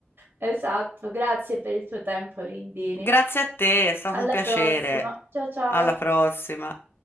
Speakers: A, on the right (about 60°); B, on the left (about 60°).
A: Esatto, grazie per il tuo tempo, Lindini.
B: Grazie a te, è stato
A: Alla
B: un piacere.
A: prossima. Ciao ciao.
B: Alla prossima.